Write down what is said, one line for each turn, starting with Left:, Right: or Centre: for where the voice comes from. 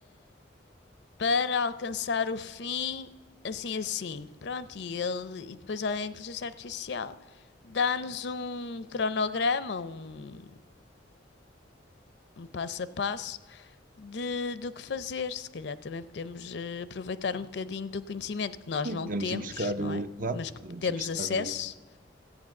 Left: para alcançar o fim assim assim. Pronto, e ele e depois a inteligência artificial dá-nos um cronograma, um, um passo a passo de, do que fazer. Se calhar também podemos eh, aproveitar um bocadinho do conhecimento que nós não
Right: Vamos
Left: temos,
Right: ir buscar,
Left: não
Right: eh,
Left: é?
Right: lá,
Left: Mas que
Right: vamos
Left: temos
Right: ir buscar.
Left: acesso.
Right: eh,